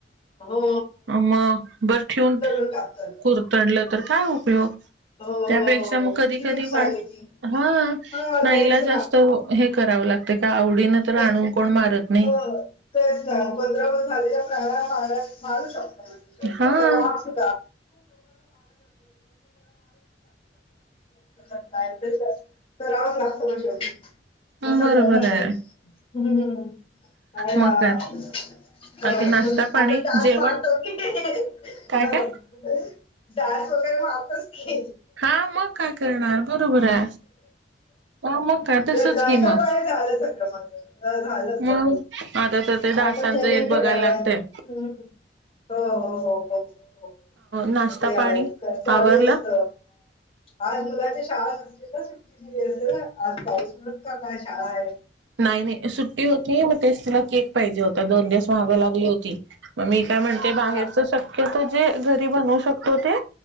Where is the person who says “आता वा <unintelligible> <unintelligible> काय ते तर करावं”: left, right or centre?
Left